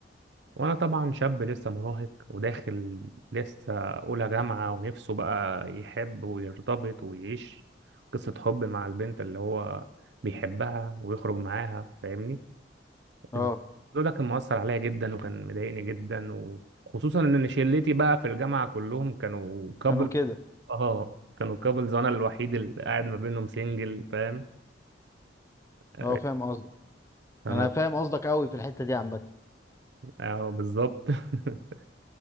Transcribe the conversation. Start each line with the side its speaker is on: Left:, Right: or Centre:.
Right: وانا طبعا شاب لسه مراهق وداخل لسه اولى جامعة ونفسه بقى يحب ويرتبط ويعيش قصة حب مع البنت اللي هو بيحبها ويخرج معاها فاهمني
Left: اه
Right: الموضوع ده كان مؤثر عليا جدا وكان مضايقني جدا وخصوصا ان شلتي بقى في الجامعة كلهم كانوا كابل
Left: كانوا كده
Right: اه كانوا كابلز وانا الوحيد اللي قاعد ما بينهم سنجل فاهم آه،
Left: اه فاهم قصدك
Right: الموضوع-
Left: انا فاهم قصدك قوي في الحتة دي عامة
Right: آه، بالظبط <laughs>